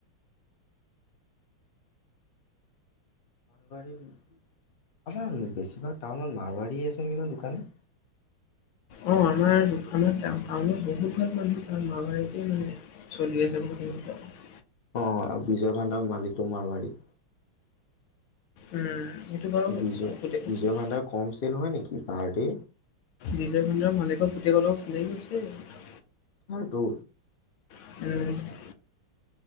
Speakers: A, on the left; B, on the left.
A: পাৰিবি আমাৰ বেছিভাগ টাউনত মাৰোৱাৰীয়ে আছে নেকি ন দোকানী।
B: অ আমাৰ দোকানত টাউনত বহুত ভাগ মানুহ তাৰ মাৰোৱাৰিকে মানে চলি আছে <unintelligible>
A: অ বিজয় ভাণ্ডাৰ মালিকটো মাৰোৱাৰী
B: উম সেটো বাৰু
A: বিজয়
B: গোটে কওকচোন
A: বিজয় মাল্লাৰ কম চেল হয় নেকি পাহাৰ্টি
B: বিজয় ভাণ্ডাৰ মালিকৰ পুতেকৰ লগক চিনাকি হৈছেই
A: হৰটো
B: <unintelligible>